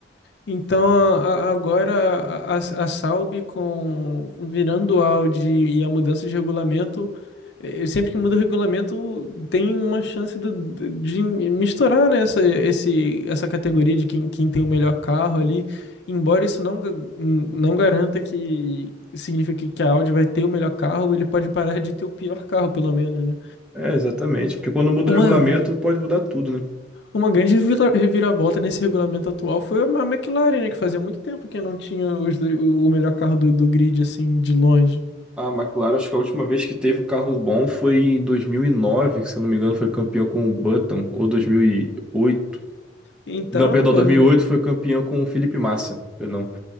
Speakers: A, on the left (about 70°); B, in the centre.
A: Então, a- a- agora a, a, a Salb com virando o Audi e a mudança de regulamento, eh, sempre que muda o regulamento, tem uma chance do- do- de misturar, né, essa, esse, essa categoria de quem, quem tem o melhor carro ali. Embora isso não, ga- não garanta que signifique que a Audi vai ter o melhor carro, ele pode parar de ter o pior carro, pelo menos, né?
B: É, exatamente. Porque quando muda
A: Uma,
B: o regulamento, pode mudar tudo, né?
A: uma grande revira- reviravolta nesse regulamento atual foi a McLaren, né? Que fazia muito tempo que não tinha os dois- o o melhor carro do, do grid, assim, de longe.
B: A McLaren, acho que a última vez que teve um carro bom foi em 2009, que se eu não me engano foi campeão com o Button, ou 2008.
A: Então,
B: Não, perdão,
A: foi-
B: 2008 foi campeão com o Felipe Massa, perdão.